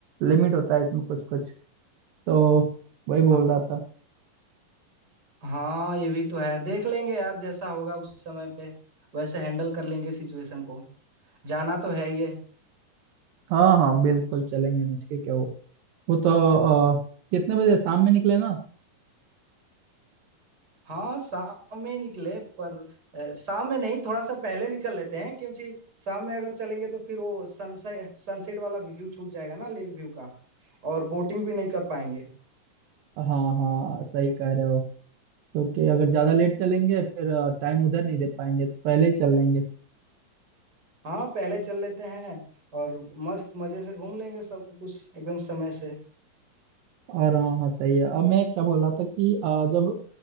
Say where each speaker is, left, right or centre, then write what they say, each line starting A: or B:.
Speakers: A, on the right (about 80°); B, on the right (about 25°).
A: लिमिट होता है इसमें कुछ कुछ तो वही बोल
B: हाँ
A: रहा था
B: हाँ, ये भी तो है देख लेंगे यार जैसा होगा उस समय पे वैसे हैंडल कर लेंगे सिचुएशन को जाना तो है ये
A: हाँ हाँ बिल्कुल चलेंगे ना ठीक है वो वो तो अ, कितने बजे शाम में निकले ना
B: हाँ शाम में ही निकले पर अ, शाम में नहीं थोड़ा सा पहले निकल लेते हैं क्योंकि शाम में अगर चलेंगे तो फिर वो सनसेट सनसेट वाला व्यू छूट जाएगा ना लेक व्यू का और बोटिंग भी नहीं कर पाएंगे
A: हाँ हाँ सही कह रहे हो क्योंकि अगर ज्यादा लेट चलेंगे फिर टाइम उधर नहीं दे पाएंगे तो पहले ही चल लेंगे
B: हाँ पहले चल लेते हैं और मस्त मजे से घूम लेंगे सब कुछ एकदम समय से
A: और हाँ हाँ सही है अब मैं क्या बोल रहा था कि अ, जब